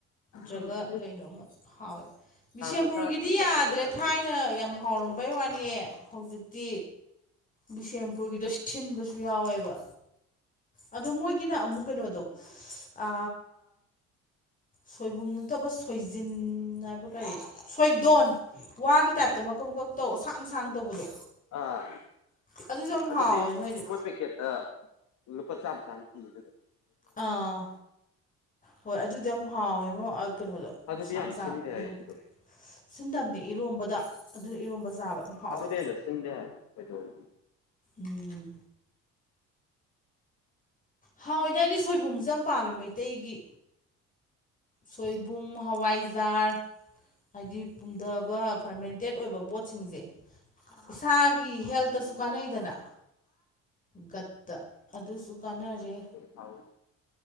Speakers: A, on the left; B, on the left.
A: ꯖꯥꯒ
B: ꯅꯨꯡꯁꯥ
A: ꯀꯩꯅꯣꯃ ꯍꯥꯎꯋꯦ ꯕꯤꯁꯦꯝꯄꯨꯔꯒꯤꯗꯤ
B: ꯈꯨꯁꯥꯁꯤꯗ ꯆꯠꯇꯧꯕ
A: ꯌꯥꯗ꯭ꯔꯦ
B: ꯇꯟꯁꯤꯗ
A: ꯊꯥꯏꯅ ꯌꯥꯝ ꯍꯥꯎꯔꯝꯕꯩ ꯋꯥꯅꯤ ꯍꯧꯖꯤꯛꯇꯤ ꯕꯤꯁꯦꯝꯄꯨꯔꯒꯤꯗꯣ ꯁꯤꯟꯕꯁꯨ ꯌꯥꯎꯋꯦꯕ ꯑꯗꯣꯃꯣꯏ ꯒꯤꯅ ꯑꯃꯨꯛ ꯀꯩꯅꯣꯗꯣ ꯑ ꯁꯣꯏꯕꯨꯝ ꯅꯠꯇꯕ ꯁꯣꯏꯖꯤꯟ ꯍꯥꯏꯕ ꯀꯩꯅꯣ ꯁꯣꯏꯗꯣꯟ ꯋꯥꯒꯤ ꯇꯥꯏꯞꯇ ꯃꯀꯛ ꯃꯀꯛ ꯇꯧꯁꯥꯡ ꯁꯥꯡ ꯇꯧꯕꯗꯣ
B: ꯑꯥ
A: ꯑꯗꯨꯁꯨ ꯌꯥꯝ ꯍꯥꯎꯋꯦ
B: ꯑꯗꯨꯗꯤ
A: ꯃꯣꯏꯗꯤ
B: ꯃꯣꯏ ꯄꯦꯀꯦꯠꯇ ꯂꯨꯄꯥ ꯆꯥꯃ ꯆꯥꯃ ꯄꯤꯕꯅꯦ
A: ꯑꯥ ꯍꯣꯏ ꯑꯗꯨꯗꯤ ꯌꯥꯝ ꯍꯥꯎꯋꯤꯉꯣ ꯀꯩꯅꯣꯗꯣ
B: ꯑꯗꯨꯗꯤ
A: ꯁꯥꯡ
B: ꯌꯥꯝ
A: ꯁꯥꯡ
B: ꯁꯤꯟꯗꯦ
A: ꯏꯔꯣꯝ
B: ꯍꯥꯏ ꯑꯗꯨꯗꯣ
A: ꯁꯤꯟꯗꯕꯅꯦ ꯏꯔꯣꯝꯕꯗ ꯑꯗꯨꯅ ꯏꯔꯣꯝꯕ ꯆꯥꯕ ꯍꯥꯎꯋꯦ
B: ꯑꯗꯨꯗ ꯍꯦꯟꯅ ꯁꯤꯟꯗꯦ ꯍꯥꯏ ꯀꯩꯗꯧꯔꯗꯤ
A: ꯎꯝ ꯍꯥꯎꯋꯦꯗꯏꯗꯤ ꯁꯣꯏꯕꯨꯝꯁꯦ ꯌꯥꯝ ꯄꯥꯝꯃꯦ ꯃꯩꯇꯩꯒꯤ ꯁꯣꯏꯕꯨꯝ ꯍꯋꯥꯏꯖꯥꯔ ꯍꯥꯏꯗꯤ ꯄꯨꯝꯊꯕ ꯐꯔꯃꯦꯟꯇꯦꯠ ꯑꯣꯏꯕ ꯄꯣꯠꯁꯤꯡꯁꯦ ꯏꯁꯥꯒꯤ ꯍꯦꯜꯇꯁꯨ ꯀꯥꯟꯅꯩꯗꯅ ꯒꯠꯇ ꯑꯗꯨꯁꯨ ꯀꯥꯟꯅꯔꯦ
B: ꯍꯥꯎꯋꯦ